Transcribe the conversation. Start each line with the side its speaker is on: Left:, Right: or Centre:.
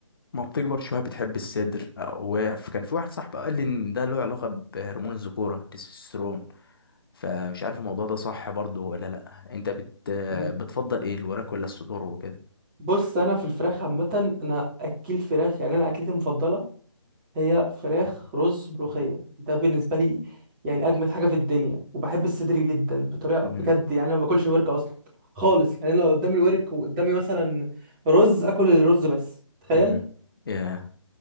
Left: ما بتكبر شويه بتحب الصدر وكان في واحد صاحبي قال لي ان ده له علاقه بهرمون الذكوره التستوستيرون فمش عارف الموضوع ده صح برضو ولا لا انت بت...
Right: مم.
Left: بتفضل ايه الوراك ولا الصدور وكده
Right: بص انا في الفراخ عامه انا اكل فراخ يعني انا اكلتي المفضله هي فراخ رز ملوخيه ده بالنسبه لي يعني اجمد حاجه في الدنيا وبحب الصدر جدا بطريقه
Left: امم
Right: بجد يعني انا ما باكلش الورك اصلا خالص يعني أنا لو قدامي الورك وقدامي مثلا رز اكل الرز بس تخيل
Left: امم ياه